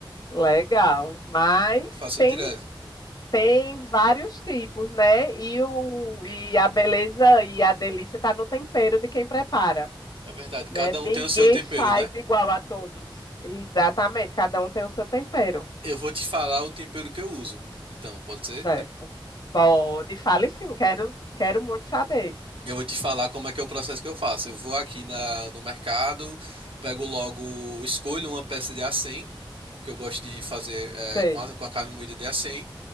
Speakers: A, on the left; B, on the right.
A: Legal, mas
B: Eu faço
A: tem
B: direto.
A: tem vários tipos, né? E o e a beleza e a delícia tá no tempero de quem prepara,
B: É verdade, cada
A: né? Ninguém
B: um tem o seu tempero,
A: faz
B: né?
A: igual a todos. Exatamente, cada um tem o seu tempero,
B: Eu vou te falar o tempero que eu uso. Então, pode ser?
A: certo? Pode, fale sim, quero quero muito saber.
B: Eu vou te falar como é que é o processo que eu faço. Eu vou aqui na, no mercado, pego logo, escolho uma peça de acém, que eu gosto de fazer é,
A: Sei.
B: com a, com a carne moída de acém.